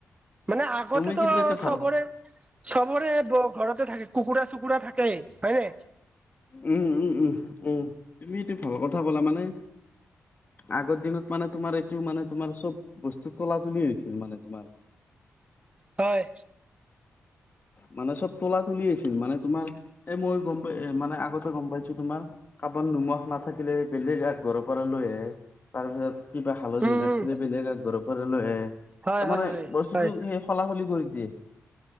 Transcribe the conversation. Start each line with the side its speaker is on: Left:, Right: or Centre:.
Right: মানে আগতেতো
Left: তুমি কিন্তু এইটো ভাল
Right: চবৰে চবৰে ঘৰতে থাকে কুকুৰা, চুকুৰা থাকে, হয়নে?
Left: উম উম উম উম তুমিটো ভাল কথা ব'লা মানে আগৰ দিনত মানে তোমাৰ এইটো মানে তোমাৰ চব বস্তু তোলা তুলি হৈছিল মানে তোমাৰ।
Right: হয়।
Left: মানে চব তোলা তুলি আছিল মানে তোমাৰ এ মই গম পাই মানে আগতে গম পাইছো তোমাৰ কাবাৰ নোমখ নাথাকিলে বেলেগ আগ ঘৰৰ পৰা লৈ আহে তাৰপিছত কিবা হালধি
Right: উম
Left: নাথিলে বেলেগ ঘৰৰ পৰা লৈ আহে তাৰ
Right: হয় হয়
Left: মানে
Right: হয়
Left: বস্তুতটো
Right: হয়
Left: হলা হলি কৰি দিয়ে।